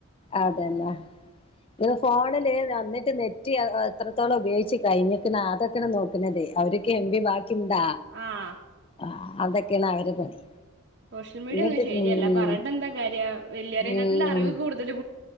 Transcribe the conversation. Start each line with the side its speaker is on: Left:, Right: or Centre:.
Left: അതെല്ല ഇടെ ഫോണില് എവിടേക്ക് നെറ്റ്എത്രത്തോളം ഉപയോഗിച് കഴിഞ്ഞേക്കണ് അതെക്കെയാണ് നോക്കുന്നത് അവരെക്ക് എം പി കിന്താ
Right: ആഹ്
Left: ആഹ് അതൊക്കെയാണ് അവരെ പണി.
Right: സോഷ്യൽ മീഡിയ
Left: എന്നിട്ട്
Right: ഒന്നും ശരിയല്ല
Left: ഉം
Right: പറഞ്ഞിണ്ട എന്താ കാര്യം വല്യാരെ കാട്ടിലെ
Left: ഉം
Right: അറിവ് കൂടുതല്കു